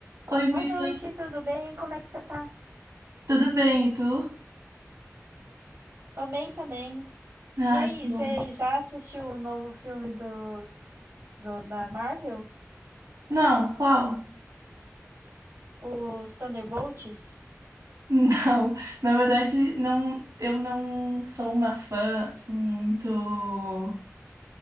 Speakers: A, on the right; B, on the right.
A: Oi,
B: Boa
A: Bia,
B: noite, tudo bem? Como é que você tá?
A: tudo bem? E tu?
B: Tô bem também.
A: Ai,
B: E aí,
A: que
B: você
A: bom.
B: já assistiu o novo filme dos, do- da Marvel?
A: Não, qual?
B: Os Thunderbolts?
A: <laughs> Não, na verdade, não, eu não sou uma fã muito